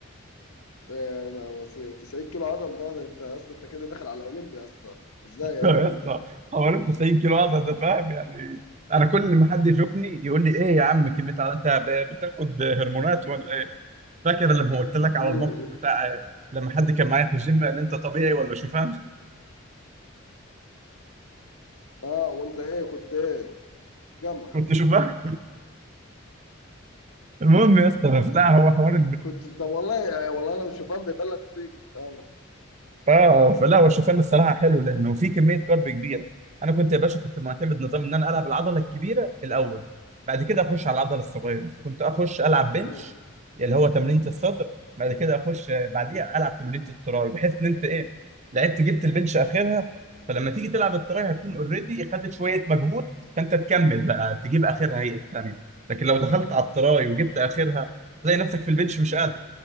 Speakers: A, on the left (about 85°); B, on the right (about 30°).
A: يعني ما ما- 90 كيلو عضل ده, ده انت اصلا انت كده داخل على اولمبيا اصلا ازاي
B: يا
A: انا عملت
B: اسطى حوالي 90 كيلو عضل ده فاهم يعني انا كل ما حد يشوفني يقول لي ايه يا عم كميه عضل انت ب- بتاخد هرمونات ولا ايه فاكر لما قلت لك على
A: هذه
B: الموقف بتاع لما حد كان معايا في الجيم قال انت طبيعي ولا شوفان <laughs>
A: اه وانت ايه كنت ايه جمح
B: كنت شوفان المهم يا اسطى لا هو حوار
A: كنت طب والله والله لو شوفان بيطلع تيك اه
B: اه فلا هو الشوفان الصراحه حلو لانه في كميه كارب كبيره انا كنت يا باشا كنت معتمد نظام ان انا العب العضله الكبيره الاول بعد كده اخش على العضله الصغيره كنت اخش العب بنش
A: مم.
B: اللي هو تمرينه الصدر بعد كده اخش آه، بعديها العب تمرينه التراي بحيث ان انت ايه لعبت جبت البنش اخرها فلما تيجي تلعب التراي هتكون اوريدي خدت شويه مجهود فانت تكمل بقى تجيب اخرها هي الثانيه لكن لو دخلت على التراي وجبت اخرها هتلاقي نفسك في البنش مش
A: مم.
B: قادر